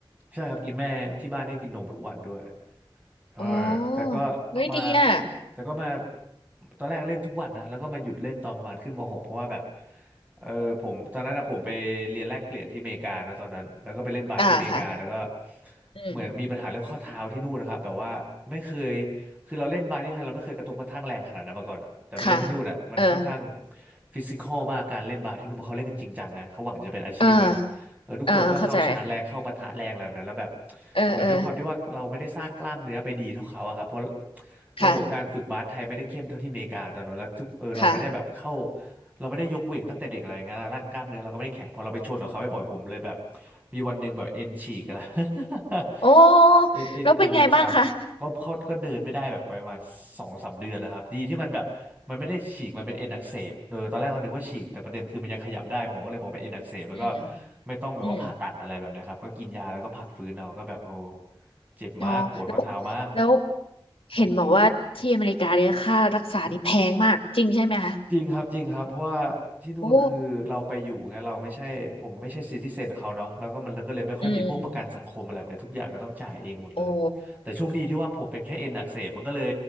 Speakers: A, on the right; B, on the left.
A: ใช่ครับกินแม่ที่บ้านให้กินนมทุกวันด้วย ใช่
B: อ๋อ
A: แต่ก็
B: เฮ้ยดีอ่ะ
A: มาแต่ก็มาตอนแรกเล่นทุกวันนะแล้วก็มาหยุดเล่นตอนประมาณขึ้นม .6 เพราะว่าแบบเออผมตอนนั้นนะผมไปเรียนแลกเปลี่ยนที่อเมริกานะตอนนั้นแล้วก็ไปเล่นบาสที่อเมริกาแล้วก็
B: อ่าค่ะอืม
A: เหมือนมีปัญหาเรื่องข้อเท้าที่นู่นนะครับแบบว่าไม่เคยคือเราเล่นบาสที่ไทยเราไม่เคยกระทบกระทั่งแรงขนาดนั้นมาก่อนอะแต่ไปเล่นที่นู่นอ่ะมันค่อนข้าง
B: ค่ะ เออ
A: ฟิสิคอลมากการเล่นบาสที่นู่นเพราะเขาเล่นกันจริงจังไงเขาหวังจะเป็นอาชีพกัน
B: เออ
A: เออทุกคนก็เข้าชาร์จแรงเข้าปะทะแรงอะไรแบบนั้นแล้วแบบ
B: เออเข้าใจเออเออ
A: เหมือนด้วยความที่ว่าเราไม่ได้สร้างกล้ามเนื้อไปดีเท่าเขาอะครับเพราะ
B: ค่ะ
A: ระบบการฝึกบาสไทยไม่ได้เข้มเท่าที่อเมริกาตอนนั้นแล้วทุกเออเราไม่ได้แบบเข้า
B: ค่ะ
A: เราไม่ได้ยกเวทตั้งแต่เด็กอะไรอย่างเงี้ยนะร่างกล้ามเนื้อเราก็ไม่ได้แข็งพอเราไปชนกับเขาบ่อยๆผมเลยแบบมีวันหนึ่งแบบเอ็นฉีกแล้ว <laughs>
B: โอ้
A: เอ็นเอ็นเอ็นมันช้ำ
B: แล้วเป็นไงบ้างคะ
A: ก็เขาก็เดินไม่ได้แบบประมาณสองสามเดือนนะครับดีที่มันแบบมันไม่ได้ฉีกมันเป็นเอ็นอักเสบเออตอนแรกเรานึกว่าฉีกแต่ประเด็นคือมันยังขยับได้หมอก็เลยบอกเป็นเอ็นอักเสบแล้วก็
B: อืม
A: ไม่ต้องแบบว่าผ่าตัดอะไรแบบเนี้ยครับก็กินยาแล้วก็พักฟื้นเอาก็แบบโอ้
B: อืม
A: เจ็บมากปวดข้อเท้ามาก
B: โอ้แล้วแล้วเห็นบอกว่าที่อเมริกาเนี่ยค่ารักษานี่แพงมากจริงใช่ไหมคะ
A: จริงครับจริงครับเพราะว่าที่นู่นคือเราไปอยู่ไงเราไม่ใช่ผมไม่ใช่ซิติเซนเขาเนาะแล้วก็มันก็เลยไม่ค่อยมีพวกประกันสังคมอะไรแบบเนี้ยทุกอย่างก็ต้องจ่ายเองหมดเลยแต่โชคดีที่ว่าผมเป็นแค่เอ็นอักเสบมันก็เลย
B: โอ้อืมโอ้